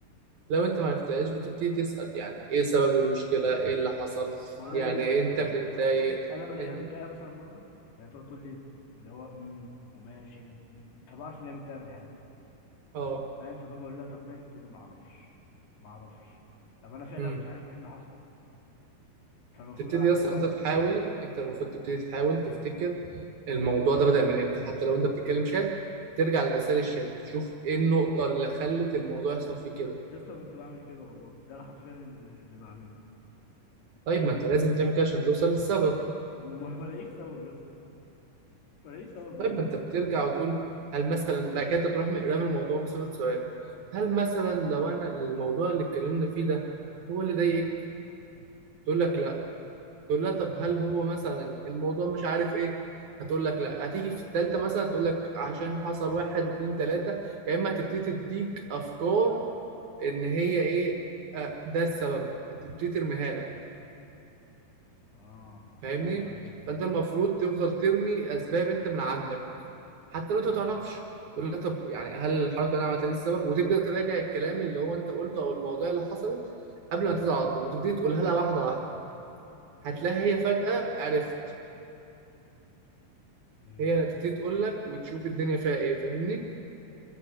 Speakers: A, on the right; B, on the left.
A: لو انت ما عرفتهاش بتبتدي تسأل يعني ايه سبب المشكلة ايه اللي حصل
B: ما هو ده
A: يعني
B: اللي بيحصل
A: إيه انت
B: بقى معايا
A: متضايق
B: يا اسطى انا بلاقيها
A: انت
B: متضايقه مثلا مره يعني تقعد تقول لي اللي هو امم وماشي ومم. فبعرف ان هي متضايقه من حاجه
A: اه
B: فاهم فباجي اقول لها طب مالك تقول لي ما اعرفش ما اعرفش طب انا فعلا
A: امم
B: مش عارف ايه اللي حصل فالمفروض
A: تبتدي
B: انا اعمل
A: اصلا
B: ايه بقى
A: انت تحاول انت المفروض تبتدي تحاول تفتكر الموضوع ده بدأ من امتى حتى لو انت بتتكلم شات ترجع لرسائل الشات تشوف ايه النقطة اللي خلت الموضوع يحصل فيه كده
B: يا اسطى انا كنت بعمل كده والله ده انا حرفيا اللي اللي بعمله
A: طيب ما انت لازم تعمل كده عشان توصل للسبب
B: وما <laughs> بلاقيش سبب يا اسطى ما بلاقيش سبب
A: طيب
B: بجد
A: ما انت
B: والله
A: بترجع وتقول هل مثلا بعد كده انت بتروح من قدام الموضوع بصيغة سؤال هل مثلا لو انا الموضوع اللي اتكلمنا فيه ده هو اللي ضايقك تقول لك لا تقول لها طب هل هو مثلا الموضوع مش عارف ايه هتقول لك لا هتيجي في التالتة مثلا هتقول لك عشان حصل واحد اتنين تلاتة يا اما هتبتدي تديك افكار ان هي ايه آه، ده السبب هتبتدي ترميها لك
B: اه
A: فاهمني
B: ايوه فهمت
A: فانت
B: ايوه
A: المفروض تفضل ترمي اسباب انت من عندك حتى لو انت ما تعرفش تقول لها طب يعني هل الحركة اللي انا عملتها دي السبب وتبدأ تراجع الكلام اللي هو انت قلته او المواضيع اللي حصلت قبل ما تزعل على طول وتبتدي تقولها لها واحدة واحدة هتلاقيها هي فجأة عرفت
B: امم
A: هي اللي هتبتدي تقول لك وتشوف الدنيا فيها ايه فاهمني